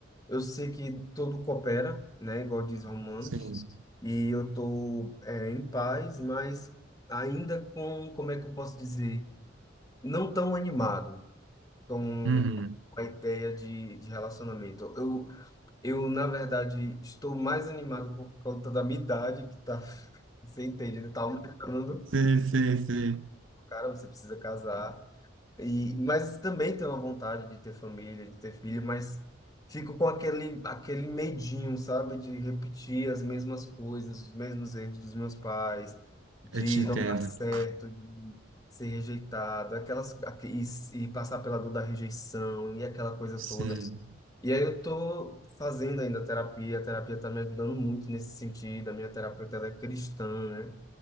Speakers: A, on the left (about 20°); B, on the right (about 80°).
A: eu sei que tudo coopera, né? Igual diz Romanos,
B: sim.
A: e eu tô, é, em paz, mas ainda com, como é que eu posso dizer, não tão animado com
B: Uhum.
A: a ideia de, de relacionamento. Eu, eu, na verdade, estou mais animado por conta da minha idade, que tá, <laughs> você entende, né, tá aumentando.
B: Sim, sim, sim.
A: Cara, você precisa casar. E, mas também tenho a vontade de ter família, de ter filho, mas fico com aquele, aquele medinho, sabe? De repetir as mesmas coisas, os mesmos erros dos meus pais, de
B: Eu te entendo.
A: não dar certo, de ser rejeitado, aquelas, aque- e, e passar pela dor da rejeição e aquela coisa
B: Sim.
A: toda. E aí eu tô fazendo ainda terapia, a terapia tá me ajudando muito nesse sentido, a minha terapeuta ela é cristã, né?